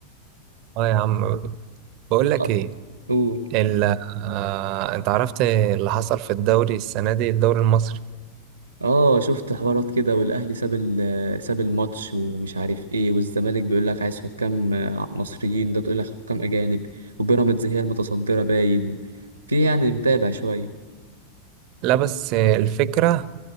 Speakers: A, on the right (about 40°); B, on the right (about 80°).
A: اه يا عم بقول لك
B: آه،
A: ايه
B: قول
A: ال... آه، انت عرفت اللي حصل في الدوري السنة دي الدوري المصري
B: اه شفت حوارات كده والاهلي ساب ال- ساب الماتش ومش عارف ايه والزمالك بيقول لك عايز حكام آه، مصريين ده تقول لك حكام اجانب وبيراميدز هي المتصدره باين في يعني متابع شويه
A: لا بس الفكرة